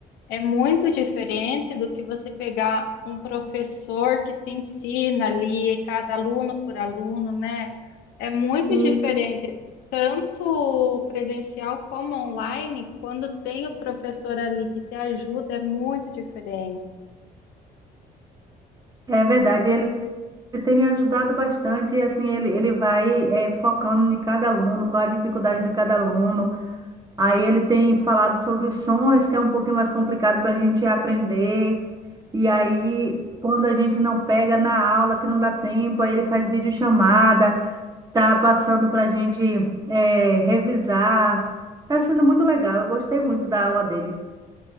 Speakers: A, on the left; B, on the right.
A: É muito diferente do que você pegar um professor que te ensina ali, e cada aluno por aluno, né? É muito
B: E
A: diferente, tanto presencial como online, quando tem o professor ali que te ajuda, é muito diferente.
B: é verdade, ele tem ajudado bastante, e assim, ele, ele vai eh, focando em cada aluno, qual a dificuldade de cada aluno. Aí ele tem falado sobre os sons, que é um pouquinho mais complicado para a gente aprender. E aí, quando a gente não pega na aula, que não dá tempo, aí ele faz videochamada, tá passando para a gente é, revisar. Tá sendo muito legal, eu gostei muito da aula dele.